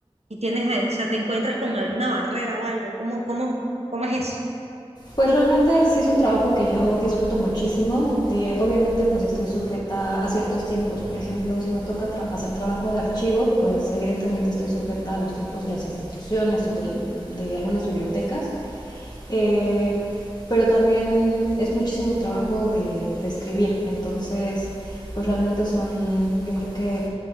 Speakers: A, on the right; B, on the left.
A: y tienes, eh, o sea, te encuentras con alguna barrera o algo. ¿Cómo, cómo, cómo es eso?
B: Pues realmente sí es un trabajo que yo disfruto muchísimo. Eh, obviamente pues estoy sujeta a ciertos tiempos. Por ejemplo, si me toca tra- hacer trabajo de archivo, pues evidentemente estoy sujeta a los tiempos de las instituciones o del- de algunas bibliotecas. Eh, pero también es muchísimo trabajo de, de escribir. Entonces, pues realmente son, yo creo que,